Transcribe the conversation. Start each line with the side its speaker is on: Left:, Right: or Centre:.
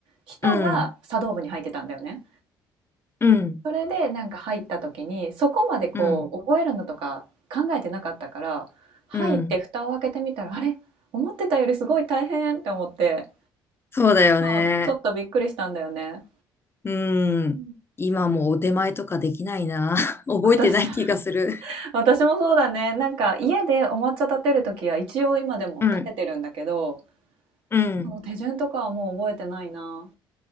Right: 人が茶道部に入ってたんだよね。
Left: うん。うん。うん。
Right: それでなんか入った時にそこまでこう覚えるのとか考えてなかったから入って蓋を開けてみたらあれ思ってたよりすごい大変って思って、
Left: うん。うん。そうだよね。
Right: うん、ちょっとびっくりしたんだよね。
Left: うん。
Right: うん
Left: 今もお手前とかできないな。<laughs> 覚えてない気がする。
Right: 私私もそうだね。なんか家でお抹茶立てるときは一応今でも立ててるんだけど、
Left: うん。うん。
Right: その手順とかはもう覚えてないな。